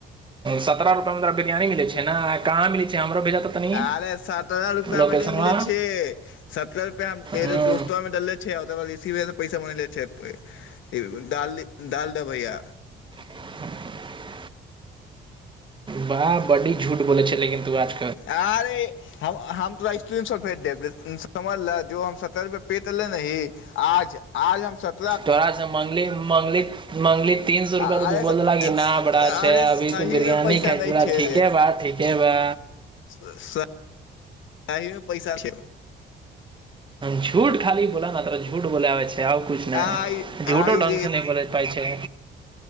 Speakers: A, on the right (about 25°); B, on the left (about 75°).
A: सत्रह रुपआ मै तोरा बिरयानी मिलै छै ने कहाँ मिलै छै हमरो भेजा तऽ तनी
B: अरे सत्रह रुपआ
A: लोकेशनवा
B: मे नहि मिले छै सत्ररह रुपआ हम एगो
A: हूँ
B: दोस्तो मे देले छ छै ओकर बाद रसिवसँ पैसा मान लै छै दालि दब भैया
A: ह बाह बड़ी झूट ब छलै कन्ु आज
B: अरे हम तोरा स्टूडेंट समझले जो हम सत्तर रुपए पे त लेह आज आज हम सतर
A: तोरा से मगली मगली मगली तीन सए रुपआ
B: अरे
A: तऽ तू बोल
B: स-
A: देल क नहि बड़ा
B: अरे
A: छै अभी
B: सही
A: तू बिरियानी
B: मे पैसा
A: खाइ
B: नहि
A: छ बरा
B: छै
A: ठीके बा ठीके बा
B: स कहिमे पैसा छै
A: झूट खाली बोला तारा झूट बोले आबे छै आउ किुछ नहि
B: आइ
A: झूठो
B: आइ
A: ढङंगग
B: रे
A: से नहि बल पाय छै